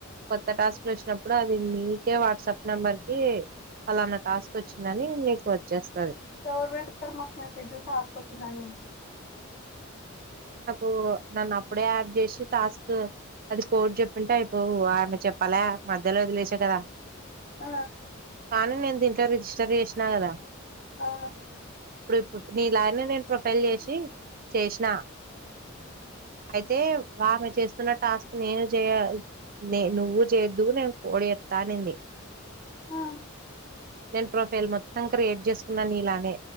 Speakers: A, on the right (about 45°); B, on the left (about 50°).
A: కొత్త టాస్క్లు ఒచ్చినప్పుడు అది మీకే వాట్సాప్ నెంబర్ కీ పలలనా టాస్క్ వచ్చిందని నీకు వచ్చేస్త్
B: ఎవరు పెడుతర్ మాకు మెస్సేజ్ టాస్క్ ఒచ్చిందని
A: ఓ నన్ను అప్పుడే యాడ్ చేసి టాస్క్ అది కోడ్ చెప్పుంటే అయిపోవు ఆమె చెప్పలే మధ్యలోదిలేష కదా
B: ఆ
A: కానీ నేన్ దీంట్లో రిజిస్టర్ చేష్నా గదా
B: ఆ
A: ఇప్పుడ్ ఇప్పుడ్ నీ లాగనె నేను ప్రొఫైల్ చేషి చేష్నా ఐతే వామె చేస్తున్నట్ టాస్క్ నేను చేయ నే నువ్వు చేయొద్దు నేను కోడ్ చెప్తా అనింది
B: ఆ
A: నేను ప్రొఫైల్ మొత్తం క్రియేట్ చేసుకున్న నీలానే